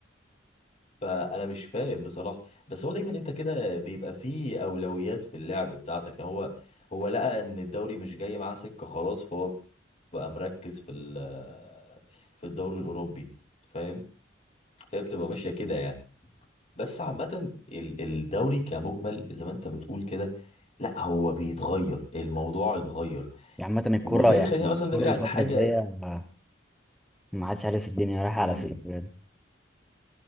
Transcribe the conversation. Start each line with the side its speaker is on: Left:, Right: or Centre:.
Left: فانا مش فاهم بصراحه بس هو دايما انت كده بيبقى فيه اولويات في اللعب بتاعتك هو هو لقى ان الدوري مش جاي معاه سكه خلاص فهو بقى مركز في ال- في الدوري الاوروبي فاهم فهي بتبقى ماشيه كده يعني بس عامه ال- الدوري كمجمل زي ما انت بتقول كده لا هو بيتغير الموضوع اتغير
Centre: يعني عامة الكورة
Left: وده اللي
Centre: يعني
Left: خلينا
Centre: الكورة
Left: مثلا نرجع
Centre: الفترة
Left: لحاجه
Centre: الجاية ما ما عادش عارف الدنيا رايحة
Left: مم.
Centre: على فين بجد.